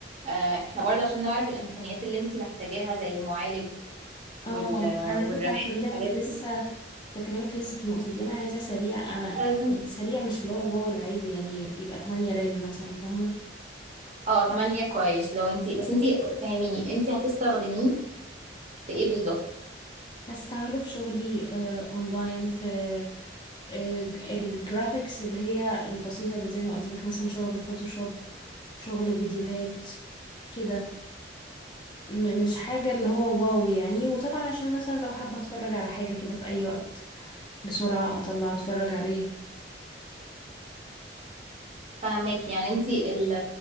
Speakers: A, on the right; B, on the left.
A: آه، احنا برضه عشان نعرف الامكانيات اللي انت محتاجاها زي المعالج وال
B: اه انا
A: والرماد
B: كنت هكلمك
A: الحاجات
B: لسه
A: دي
B: ده كلامك لسه في النقطة دي أنا عايزة سريع أنا
A: لازم
B: يعني سريع مش اللي هو الواو العادي يعني يبقى 8 رام مثلا فاهمة
A: اه تمانية كويس لو انتي بس انتي فاهميني انتي هتستخدميه في ايه بالظبط
B: هستعمله في شغلي آه، أونلاين في آه، الجرافيكس اللي هي البسيطة اللي زي ما قلت لك مثلا شغل فوتوشوب شغل فيديوهات كده م- مش حاجة اللي هو واو يعني وطبعا عشان مثلا لو حابة أتفرج على حاجة كده في أي وقت بسرعة أطلع أتفرج عليه
A: فاهماكي يعني انتي ال...